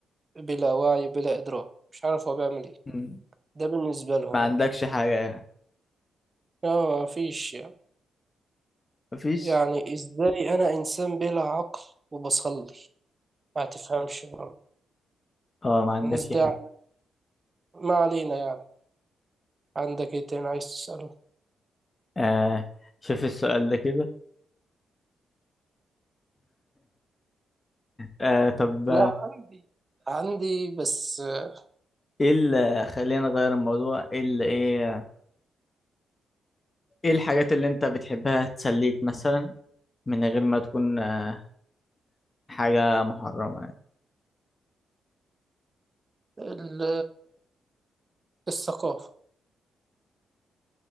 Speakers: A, on the right; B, on the left.
A: بلا وعي بلا إدراك مش عارف هو بيعمل إيه
B: مم.
A: ده بالنسبة لهم
B: ما عندكش
A: يعني
B: حاجة يعني
A: لا ما فيش يعني
B: مفيش
A: يعني إزاي أنا إنسان بلا عقل وبصلي ما تفهمش برضه
B: اه ما عندكش
A: الناس دي
B: حاجة
A: عقل. ما علينا يعني عندك إيه تاني عايز تسأله
B: آه شوف السؤال ده كده آه طب
A: لا عندي عندي بس آه،
B: ايه اللي خلينا نغير الموضوع ايه اللي ايه ايه الحاجات اللي انت بتحبها تسليك مثلا من غير ما تكون آه، حاجة محرمة يعني
A: ال- الثقافة